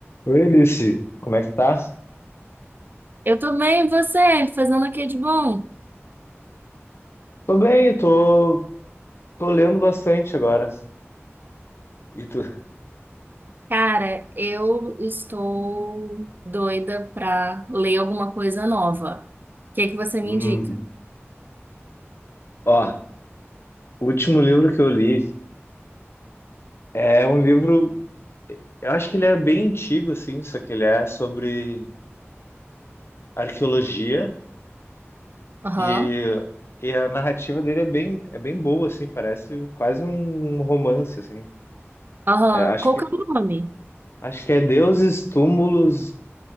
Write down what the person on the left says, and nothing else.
Oi, Alice, como é que tá?
Tô bem, tô, tô lendo bastante agora. E tu?
Hum.
Ó, o último livro que eu li é um livro, eu acho que ele é bem antigo, assim, só que ele é sobre arqueologia
e, e a narrativa dele é bem, é bem boa, assim, parece quase um romance, assim.
É, acho
que,
acho que é Deuses, Túmulos